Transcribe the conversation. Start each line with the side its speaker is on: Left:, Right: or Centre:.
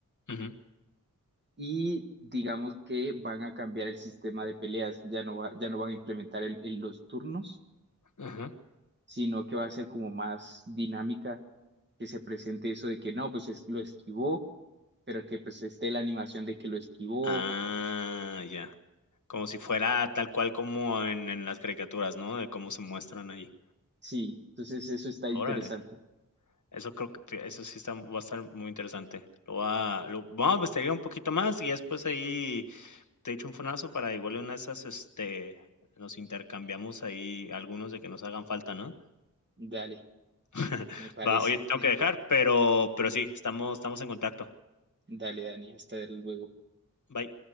Left: ujú,
Right: y digamos que van a cambiar el sistema de peleas, ya no va, ya no van a implementar el- el- los turnos,
Left: ujú.
Right: sino que va a ser como más dinámica que se presente eso de que no, pues es- lo esquivó, pero que pues esté la animación de que lo esquivó.
Left: Ah, ya. Como si fuera tal cual como en en las caricaturas, ¿no? De cómo se muestran ahí.
Right: Sí, entonces eso está interesante.
Left: Órale. Eso creo que fí eso sí está va a estar muy interesante. Lo voy a lo voy a investigar un poquito más y después ahí te echo un fonazo para igual en una de esas, este, nos intercambiamos ahí algunos de que nos hagan falta, ¿no?
Right: Dale,
Left: <laughs>
Right: me parece.
Left: Va, oye, te tengo que dejar, pero pero sí, estamos estamos en contacto.
Right: Dale, Dani, hasta luego.
Left: Bye.